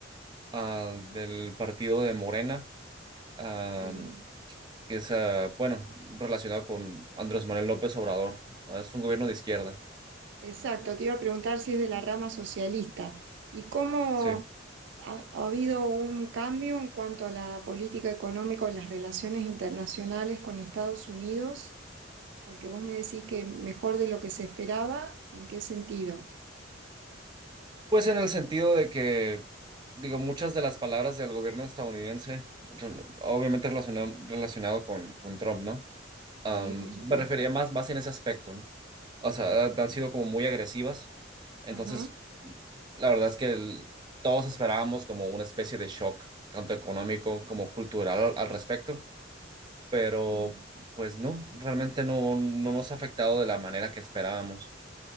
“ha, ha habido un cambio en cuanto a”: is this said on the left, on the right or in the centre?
Right